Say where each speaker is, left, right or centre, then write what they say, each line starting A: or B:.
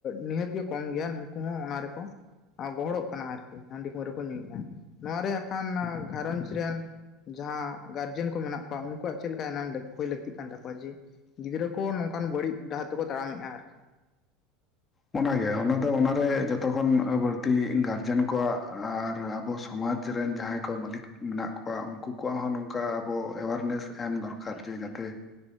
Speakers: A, on the left; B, on the left.
A: ᱱᱤᱦᱟᱹᱛ ᱜᱮ ᱠᱚᱢ ᱜᱮᱭᱟ ᱱᱩᱠᱩ ᱦᱚᱸ ᱚᱱᱟ ᱨᱮᱠᱚ ᱜᱚᱦᱚᱲᱚᱜ ᱠᱟᱱᱟ ᱟᱨᱠᱤ ᱦᱟᱺᱰᱤ ᱯᱟᱹᱣᱨᱟᱹ ᱠᱚ ᱧᱩᱭᱮᱫᱼᱟ ᱱᱚᱣᱟ ᱨᱮᱭᱟᱜ ᱠᱷᱟᱱ ᱜᱷᱟᱨᱚᱸᱡᱽ ᱨᱮᱱ ᱡᱟᱦᱟᱸ ᱜᱟᱨᱡᱮᱱ ᱠᱚ ᱢᱮᱱᱟᱜ ᱠᱚᱣᱟ ᱩᱱᱠᱩᱣᱟᱜ ᱪᱮᱫ ᱞᱮᱠᱟ ᱮᱢ ᱦᱩᱭ ᱞᱟᱹᱠᱛᱤᱜ ᱠᱟᱱ ᱛᱟᱠᱚᱣᱟ ᱡᱮ ᱜᱤᱫᱽᱨᱟᱹ ᱠᱚ ᱱᱚᱝᱠᱟᱱ ᱵᱟᱹᱲᱤᱡ ᱰᱟᱦᱟᱨ ᱛᱮᱠᱚ ᱛᱟᱲᱟᱢᱮᱫᱼᱟ ᱟᱨᱠᱤ
B: ᱚᱱᱟᱜᱮ ᱚᱱᱟ ᱫᱚ ᱚᱱᱟᱨᱮ ᱡᱚᱛᱚᱠᱷᱚᱱ ᱵᱟᱹᱲᱛᱤ ᱜᱟᱨᱡᱮᱱ ᱠᱚᱣᱟᱜ ᱟᱨ ᱟᱵᱚ ᱥᱚᱢᱟᱡᱽ ᱨᱮᱱ ᱡᱟᱦᱟᱸᱭ ᱠᱚ ᱢᱟᱹᱞᱤᱠ ᱢᱮᱱᱟᱜ ᱠᱚᱣᱟ ᱩᱱᱠᱩ ᱠᱚᱣᱟᱜ ᱦᱚᱸ ᱱᱚᱝᱠᱟ ᱟᱵᱚ ᱮᱣᱟᱨᱱᱮᱥ ᱮᱢ ᱫᱚᱨᱠᱟᱨ ᱡᱮ ᱡᱟᱛᱮ